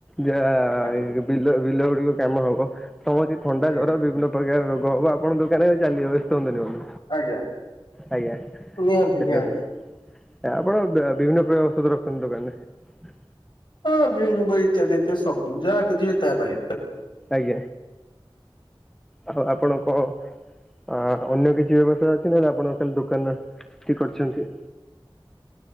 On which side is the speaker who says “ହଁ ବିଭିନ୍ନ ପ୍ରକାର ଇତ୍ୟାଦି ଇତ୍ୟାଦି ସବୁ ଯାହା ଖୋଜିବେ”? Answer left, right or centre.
Left